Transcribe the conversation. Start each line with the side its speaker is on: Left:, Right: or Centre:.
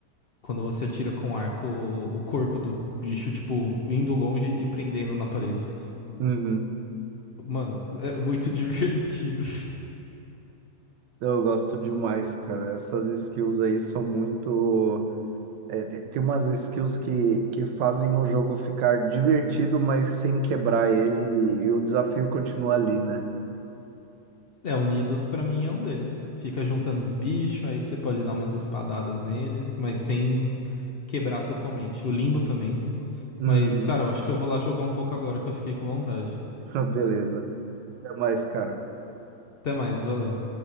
Left: quando você atira com arco o corpo do bicho, tipo, indo longe e prendendo na parede.
Right: uhum.
Left: Mano, é muito <laughs> divertido.
Right: Eu gosto demais, cara. Essas skills aí são muito. É, te- tem, umas skills que, que fazem o jogo ficar divertido, mas sem quebrar ele, e, e o desafio continua ali, né?
Left: É, Unidos pra mim é um deles. Fica juntando os bichos, aí você pode dar umas espadadas neles, mas sem quebrar totalmente. O Limbo também.
Right: Uhum.
Left: Mas, cara, eu acho que eu vou lá jogar um pouco agora que eu fiquei com vontade.
Right: <laughs> Beleza. Até mais, cara.
Left: Até mais, valeu.